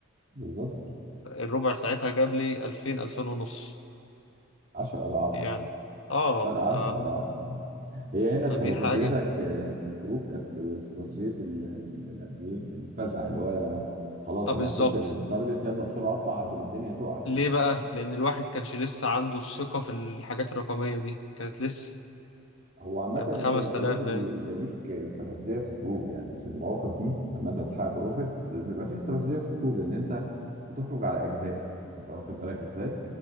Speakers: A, on the right; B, on the left.
A: بالظبط
B: الربع ساعتها جاب لي 2000 2000 ونص
A: 10 أضعاف
B: يعني اه
A: فرق
B: ف...
A: 10 أضعاف اه هي هنا
B: فدي
A: استراتيجيتك
B: حاجة
A: آه، في الخروج كانت آه، استراتيجية ال ال- يعني إيه الفزع اللي هو أنا خلاص
B: اه بالظبط
A: أنا وصلت للتارجت يلا بسرعة أطلع قبل ما الدنيا تقع
B: ليه بقى؟ لأن الواحد كانش لسه عنده الثقة في الحاجات الرقمية دي كانت لسه
A: هو عامة
B: كانت
A: أنت
B: بخمس
A: بيبقى
B: تلاف
A: لازم
B: باين
A: يبقى ليك استراتيجية في الخروج يعني في المواقف دي لما أنت بتحقق بروفيت بيبقى في استراتيجية في الخروج إن أنت بتخرج على أجزاء أنت واخد بالك إزاي؟